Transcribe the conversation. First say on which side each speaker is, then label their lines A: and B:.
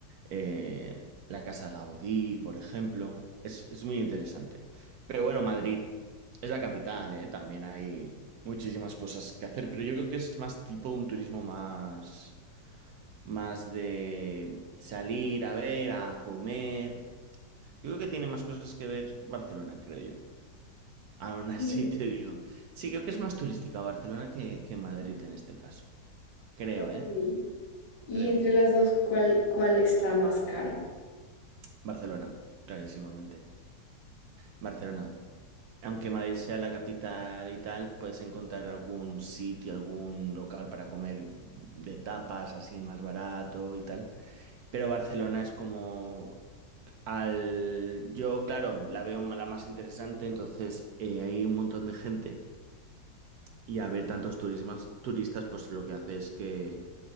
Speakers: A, on the right (about 65°); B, on the left (about 85°).
A: eh, la Casa Gaudí, por ejemplo. Es, es muy interesante. Pero bueno, Madrid es la capital, ¿eh? También hay muchísimas cosas que hacer, pero yo creo que es más tipo un turismo más, más de salir a ver, a comer. Yo creo que tiene más cosas que ver Barcelona, creo yo. Aún así
B: Mm,
A: te digo. Sí, creo que es más turística Barcelona que, que Madrid en este caso. Creo,
B: ok.
A: ¿eh?
B: Y
A: Creo.
B: entre las dos, ¿cuál, cuál está más cara?
A: Barcelona, clarísimamente. Barcelona. Aunque Madrid sea la capital y tal, puedes encontrar algún sitio, algún local para comer de tapas así más barato y tal. Pero Barcelona es como al... Yo, claro, la veo la más interesante, entonces eh, hay un montón de gente y a ver tantos turismas, turistas, pues lo que hace es que